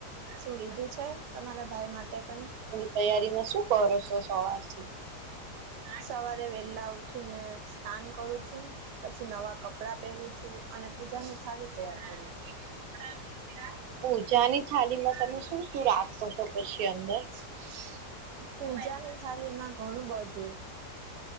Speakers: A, on the right (about 85°); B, on the right (about 70°).
A: શું લીધું છે? તમારા ભાઈ માટે કંઈ?
B: તૈયારી માં શું કરો સોં સવારથી?
A: સવારે વેલા ઉઠી ને સ્નાન કરું છું. પછી નવા કપડા પહેરું છું અને પૂજાની થાળી તૈયાર કરું છું. કોઈ કે છોકરાની <unintelligible> કે
B: પૂજાની થાળીમાં
A: મોઢું.
B: તમે શું શું રાખો છો પછી અંદર?
A: પૂજાની થાલી માં ઘણું બધું.